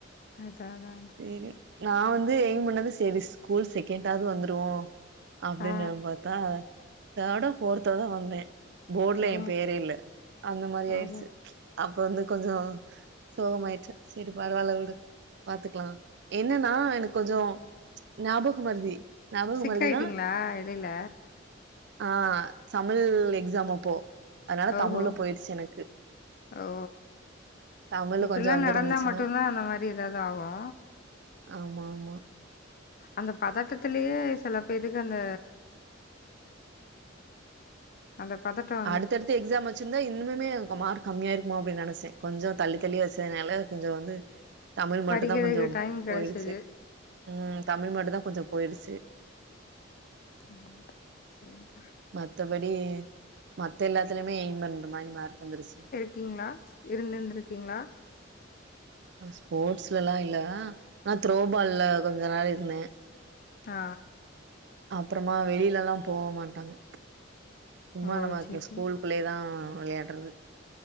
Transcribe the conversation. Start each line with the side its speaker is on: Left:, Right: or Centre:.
Left: அதாவா
Right: சரி நா வந்து எய்ம் பண்ணது சரி ஸ்கூல் செகண்டாவது வந்துருவோ அப்டின்னு
Left: ஆ
Right: நா பாத்தா தேடோ ஃபோர்த்தோ தா வந்தே போர்ட்ல
Left: ஆ ஓ
Right: என் பேரே இல்ல அந்த மாரி
Left: ஓஹோ
Right: ஆயிட்ச்சு அப்ப வந்து கொஞ்சோ சோகமாய்ட்ட சரி பரவால்ல விடு பாத்துக்கலா என்னன்னா எனக்கு கொஞ்சோ ஞாபக மறதி ஞாபக
Left: சிக்காயிட்டீங்களா
Right: மறதினா
Left: எடையில
Right: ஆ தமிழ் எக்ஸாமப்போ அதனால
Left: ஓஹோ
Right: தமிழ் போயிடுச்சு எனக்கு
Left: ஓ
Right: தமிழ்ல
Left: இப்டிலா
Right: கொஞ்சோ வந்துருந்துச்சுன்னா
Left: நடந்தா மட்டுதா அந்த மாரி எதாது ஆகு
Right: ஆமா ஆ மா
Left: அந்த பதட்டத்திலயே சில பேத்துக்கு அந்த அந்த பதட்டம்
Right: அடுத்தடுத்து எக்ஸாம் வச்சிருந்தா இன்னுமே மார்க் கம்மியாயிருக்குமோ அப்டின் நெனைச்சே கொஞ்சம் தள்ளித்தள்ளி வெச்சனால கொஞ்சோ வந்து தமிழ் மட்டும்
Left: படிக்கிறதுக்கு
Right: தான் கொஞ்சோ
Left: டைம் கெடச்சது
Right: போயிடுச்சு ம் தமிழ் மட்டும் தான் கொஞ்சோ போயிருச்சு
Left: ம் செரி்ங்கா
Right: மத்தபடி மத்த எல்லாத்துலயுமே ஏம் பண்ற மாரி மார்க் வந்துருச்சு
Left: க்கீங்களா இருந்திருந்திருக்கீங்களா
Right: ஸ்போர்ட்ஸ்லல்லா இல்ல ஆனா த்ரோபால்ல கொஞ்ச நேரம் இருந்தேன்
Left: ஆ
Right: அப்பறமா வெளியில எல்லாம் போவ மாட்டாங்க சும்மா
Left: ஓ
Right: நம்ம
Left: சேரி
Right: ஸ்கூல்
Left: சேரி
Right: குள்ளே தான் வெளையாடுறது